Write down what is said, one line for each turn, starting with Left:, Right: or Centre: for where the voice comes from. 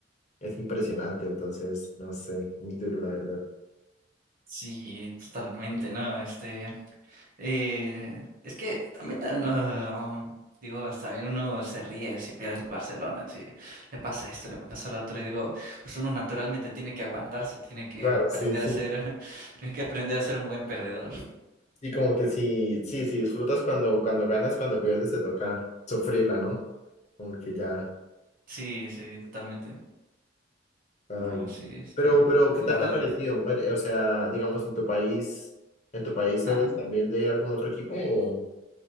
Left: es impresionante, entonces, no sé, muy duro, la verdad.
Right: Sí, totalmente, ¿no? Este, eh, es que también, eh, no, um, digo, está bien, uno se ríe si pierde el Barcelona, si le pasa esto, le pasa lo otro, y digo, pues uno naturalmente tiene que aguantarse, tiene que
Left: Claro,
Right: aprender
Left: sí, sí.
Right: a ser, <laughs> tiene que aprender a ser un buen perdedor.
Left: Y como que sí, sí, sí, disfrutas cuando, cuando ganas, cuando pierdes te toca sufrirla, ¿no? Como que ya,
Right: Sí, sí, totalmente.
Left: ay,
Right: No, sí,
Left: no.
Right: este,
Left: Pero, pero, ¿qué
Right: la
Left: tal te
Right: verdad,
Left: ha parecido? Bueno, eh, O sea, digamos, en tu país, ¿en tu país
Right: ajá.
Left: eres también de algún otro equipo o?